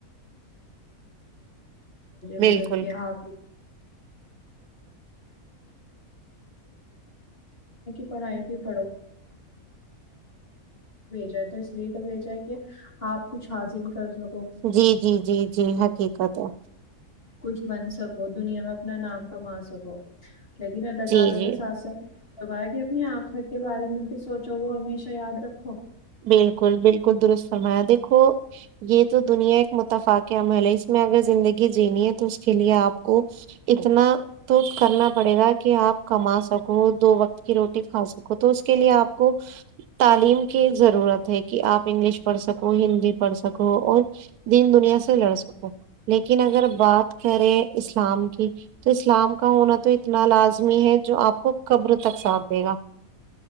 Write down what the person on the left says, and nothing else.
بولند کیا ہ پ <unintelligible> ج تو اس لیے ت یہ ج ہے کہ آپ کچھ حاصل کر سکتے
کچھ بن سکو دنیا میں اپنا نام کما سکو گن نڈا تال
نے سس ہے توب کہ اپنی آنخرت کے بارے میں بھی سوچو وہ ہمیشہ یاد رکھو